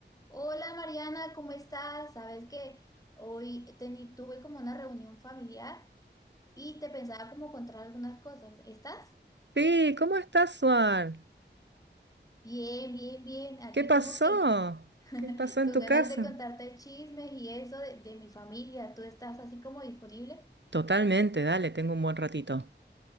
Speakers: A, on the left; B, on the right.
A: Hola Mariana, ¿cómo estás? Sabes que hoy teni- tuve como una reunión familiar y te pensaba como contar algunas cosas. ¿Estás?
B: Sí, ¿cómo estás, Juan?
A: Bien, bien, bien. Aquí
B: ¿Qué pasó?
A: como que <laughs>
B: ¿Qué pasó en
A: con
B: tu
A: ganas
B: casa?
A: de contarte chismes y eso de, de mi familia. ¿Tú estás así como disponible?
B: Totalmente, dale, tengo un buen ratito.